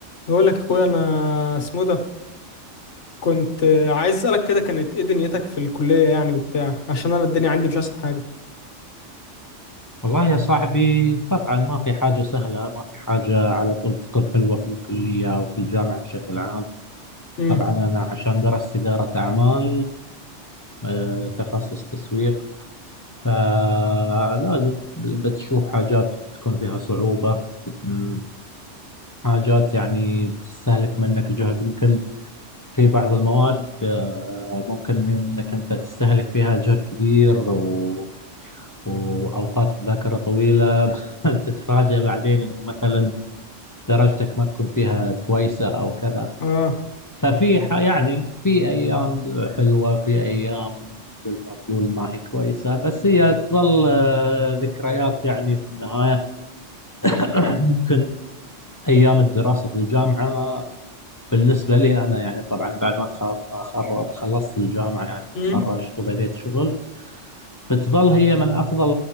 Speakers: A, on the left; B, on the left.
A: بقول لك اخويا انا اسمه ده كنت عايز اسالك كده كانت ايه دنيتك في الكليه يعني وبتاع عشان انا الدنيا عندي مش احسن حاجه
B: والله يا صاحبي طبعا ما في حاجة سهلة ما في حاجة على طول بتكون حلوة في الكلية أو في الجامعة بشكل عام
A: امم
B: طبعا أنا عشان درست إدارة أعمال آه، تخصص تسويق فلازم بتشوف حاجات تكون فيها صعوبة م- حاجات يعني بتستهلك منك جهد يمكن في بعض المواد آه، ممكن إنك أنت تستهلك فيها جهد كبير و... وأوقات مذاكرة طويلة <laughs> تتفاجأ بعدين إنه مثلا درجتك ما تكون فيها كويسة أو كذا
A: اه
B: ففي ح- يعني في أيام حلوة في أيام مثل ما تقول ما هي كويسة بس هي تظل آه، ذكريات يعني في النهاية <clears throat> ممكن أيام الدراسة في الجامعة بالنسبة لي أنا يعني طبعا بعد ما تخ- خر- خلصت الجامعة يعني
A: امم
B: تخرجت وبديت شغل بتظل هي من أفضل